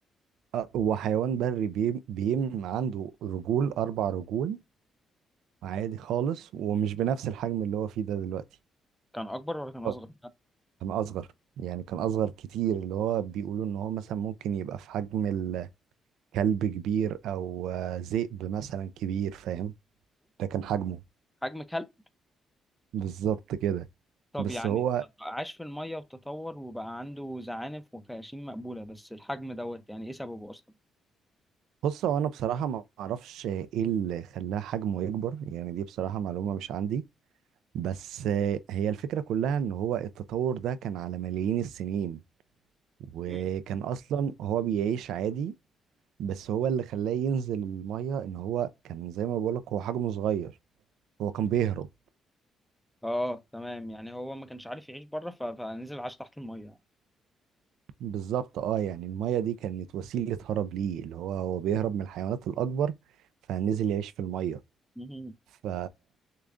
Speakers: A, on the right; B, in the centre.
A: أه، هو حيوان بري بيم, بيم عنده رجول اربع رجول عادي خالص ومش بنفس الحجم اللي هو فيه ده دلوقتي
B: كان اكبر ولا كان اصغر
A: أه، كان اصغر يعني كان اصغر كتير اللي هو بيقولوا ان هو مثلا ممكن يبقى في حجم الكلب كبير او آه، ذئب مثلا كبير فاهم ده كان حجمه
B: حجم كلب
A: بالظبط كده
B: طب
A: بس
B: يعني
A: هو
B: عاش في المية وتطور وبقى عنده زعانف وخياشيم مقبولة بس الحجم دوت يعني ايه سببه اصلا
A: بص هو انا بصراحه ما اعرفش ايه اللي خلاها حجمه يكبر يعني دي بصراحه معلومه مش عندي بس هي الفكره كلها ان هو التطور ده كان على ملايين السنين وكان
B: <laughs>
A: اصلا هو بيعيش عادي بس هو اللي خلاه ينزل الميه ان هو كان زي ما بقولك هو حجمه صغير هو كان بيهرب
B: مم. اه تمام يعني هو ما كانش عارف يعيش بره ف- فنزل عاش تحت المية يعني
A: بالظبط اه يعني الميه دي كانت وسيله هرب ليه اللي هو هو بيهرب من الحيوانات الاكبر فنزل يعيش في الميه
B: مهم.
A: ف